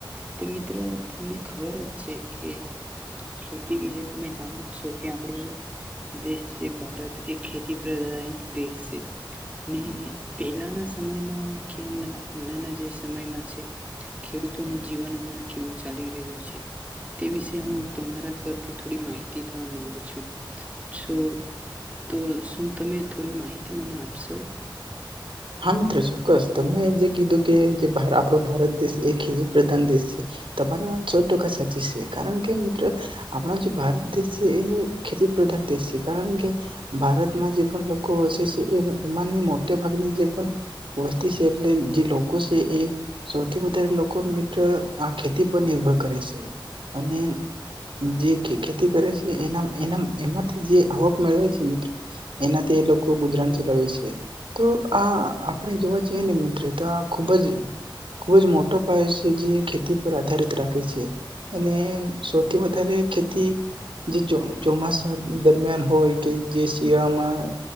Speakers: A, on the right (about 15°); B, on the right (about 80°).
A: તો મિત્ર તમને ખબર જ છે કે ખેતી વિશે તમે જાણો જ છો કે આપડું જે દેશ છે ભારત એક ખેતી પ્રાદાયિક દેશ છે. ને પહેલાના સમયમાં કેમ હમનાના જે સમયમાં છે ખેડૂતોનું જીવન હમ કેવું ચાલી રહ્યું છે તે વિશે હું તમારા પરથી થોડી માહિતી લેવા માંગુ છું. છો તો શું તમે થોડી માહિતી મને આપશો.
B: હા મિત્રો ચોક્કસ તમે જે કીધું કે જે આપણો ભારત દેશ એક જ પ્રધાન દેશ છે. તમારી વાત શો દુઃખાશે સચ છે કારણ કે મિત્રો આપણા જે ભારત દેશ છે એ ખેતી પ્રધાન દેશ છે કારણ કે ભારતમાં જે પણ લોકો વસે છે એ એમાંની મોટા ભાગની જે વસ્તી છે એટલે જે લોકો છે એ સૌથી વધારે લોકો મિત્ર આ ખેતી પર નિર્ભર કરે છે અને જે ખેતી કરે છે એના એના એમાંથી જે. આવક મેળવે છે મિત્ર. એનાથી એ લોકો ગુજરાન ચલાવે છે તો. આ આપણે જોવા જઈએ ને મિત્ર તો આ ખૂબ જ ખૂબ જ મોટો પાયો છે જે ખેતી પર આધારિત રાખે છે અને સૌથી વધારે ખેતી જે ચોમાસા દરમિયાન હોય કે જે શિયાળામાં